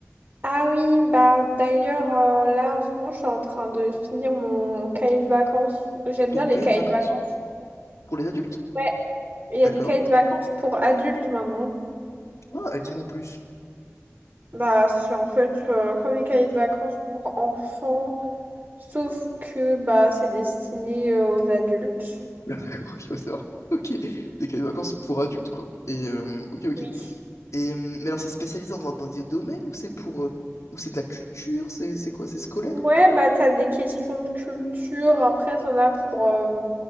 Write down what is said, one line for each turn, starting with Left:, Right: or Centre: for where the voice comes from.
Right: Ah oui, bah d'ailleurs, euh, là en ce moment, je suis en train de finir mon cahier de vacances. J'aime
Left: Donc,
Right: bien les
Left: cahier
Right: cahiers
Left: de vacances?
Right: de vacances.
Left: hein, Pour les adultes?
Right: Ouais, il y
Left: D'accord.
Right: a des cahiers de vacances pour adultes maintenant.
Left: Ah, euh, dis-moi en plus.
Right: Bah, c'est en fait euh, comme les cahiers de vacances pour enfants, sauf que bah c'est destiné euh, aux adultes.
Left: <laughs> D'accord, ok, on va savoir. Ok. Des cahiers de vacances pour adultes, quoi. Et, euh, ok, ok.
Right: Oui.
Left: Et, hum, mais alors, c'est spécialisé dans, dans des domaines ou c'est pour, euh, ou c'est de la culture? C'est c'est quoi? C'est scolaire?
Right: Ouais, bah t'as des questions de culture, après t'en as pour euh,